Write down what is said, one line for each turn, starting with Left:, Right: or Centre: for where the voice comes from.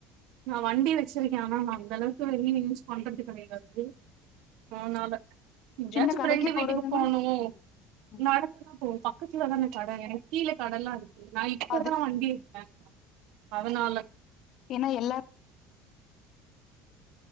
Right: நா வண்டி வெச்சிருக்க ஆனா நா அந்த அளவுக்கு வெளிய யூஸ் பண்றது கெடையாது ஆனால எங்யாச்சு
Left: சின்ன கடைக்கு
Right: ப்ரெண்டு வீட்டுக்கு
Left: போறதுன்னா
Right: போகணு
Left: ம் ம்
Right: நாடந்துதா போனுப்பா பக்கத்துல தான கட எனக்கீழ கடலா இருக்கு நா இப்பதா
Left: அது
Right: வண்டி இருக்க அதனால
Left: ஏனா எல்லாத்